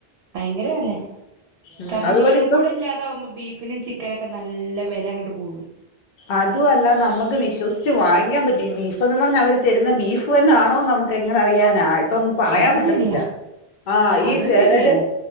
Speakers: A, on the right; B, on the left.
A: ഭയങ്കര അല്ലെ
B: ഉം
A: കാരണം
B: അതുപോലെ
A: മീനും
B: ഇപ്പം
A: കൂടെ ഇല്ലാതെ താവുമ്പോ ബീഫിനും ചിക്കനൊക്കെ നല്ല വില അങ്ങട്ട് കൂടും
B: അതും അല്ല നമുക്ക് വിശ്വസിച്ച് വാങ്ങാൻ പറ്റും ഈ ബീഫ്ന്ന് പറഞ്ഞ് അവര് തരുന്ന ബീഫ് തന്നൊണോ നമുക്കങ്ങനെ അറിയാനാ ഇപ്പം പറയാൻ
A: അത്
B: പറ്റത്തില്ല
A: ശരിയാ
B: ആ ഈ
A: അതും
B: ചിലര്
A: ശരിയാണ്